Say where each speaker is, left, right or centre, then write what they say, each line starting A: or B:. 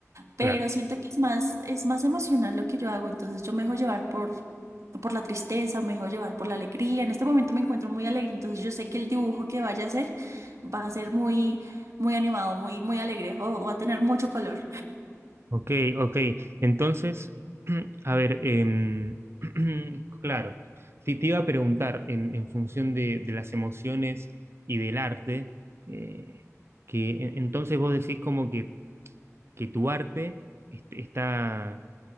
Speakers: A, on the right (about 65°); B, on the right (about 50°).
A: pero
B: claro.
A: siento que es más, es más emocional lo que yo hago, entonces yo me dejo llevar por, por la tristeza, me dejo llevar por la alegría. En este momento me encuentro muy alegre, entonces yo sé que el dibujo que vaya a hacer va a ser muy, muy animado, muy, muy alegre o va a tener mucho color.
B: Ok, ok. Entonces, <clears throat> a ver, em, <clears throat> claro, te, te iba a preguntar en, en función de, de las emociones y del arte, eh, que en- entonces vos decís como que, que tu arte est- está